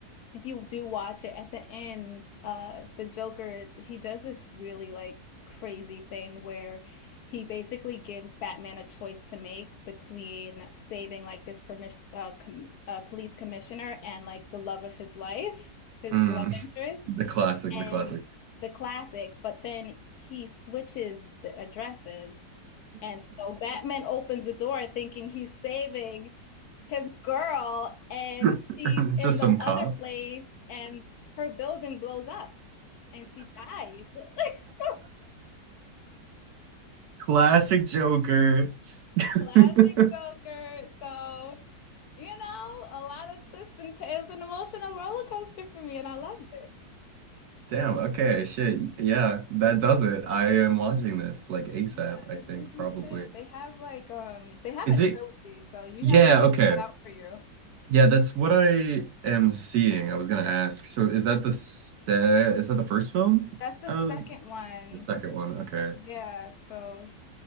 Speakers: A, on the left (about 70°); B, on the right (about 70°).
A: if you do watch it at the end, uh the Joker, he does this really like crazy thing where he basically gives Batman a choice to make between saving like this permission uh, com uh police commissioner and like the love of his life, his
B: Mm.
A: love interest
B: The classic,
A: and
B: the classic.
A: the classic, but then he switches the addresses. And so Batman opens the door thinking he's saving his girl, and
B: <laughs>
A: she's
B: It's
A: in
B: just
A: the
B: some cop.
A: other place, and her building blows up and she dies. <laughs>
B: Classic Joker.
A: Classic
B: <laughs>
A: Joker. So, you know, a lot of twists and turns, an emotional roller coaster for me, and I loved it.
B: Damn, okay, shit. Yeah, that does it. I am watching this like ASAP,
A: Yeah,
B: I think,
A: I think you
B: probably.
A: should. They have like um they have
B: Is
A: a
B: it?
A: trilogy, so you
B: Yeah,
A: have your work
B: okay.
A: cut out for you.
B: Yeah, that's what I am seeing. I was gonna ask. So is that the se- is that the first film?
A: That's the
B: uh,
A: second one.
B: The second one, okay.
A: Yeah, so